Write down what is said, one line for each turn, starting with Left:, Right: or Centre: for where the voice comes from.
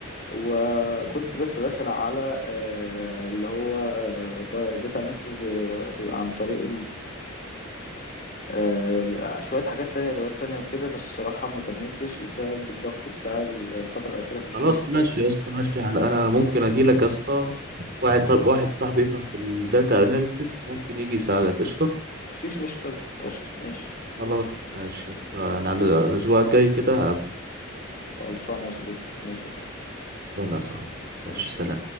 Left: وكنت لسه داخل على آه، اللي هو داتا اناليسز عن طريق آه، شوية حاجات تانية أدوات تانية وكده بس الصراحة ما كملتش بسبب الضغط بتاع ال- الفترة الأخيرة في الشغل
Right: خلاص
Left: وكده
Right: ماشي يا اسطى ماشي يعني انا ممكن اجي لك يا اسطى واحد صاحب واحد صاحبي يفهم في الداتا اناليسيس ممكن يجي يساعدك قشطه
Left: مفيش مشكلة قشطة ماشي
Right: خلاص ماشي يا اسطى يعني على على الاسبوع الجاي كده هبقى
Left: خلصانة يا صديقي ماشي يا صاحبي
Right: انا صاحبي
Left: سلام.
Right: ماشي سلام